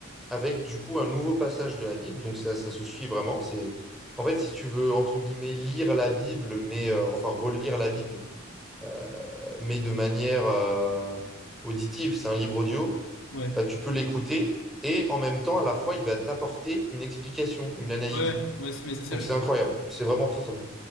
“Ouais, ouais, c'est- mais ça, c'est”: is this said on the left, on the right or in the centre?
Left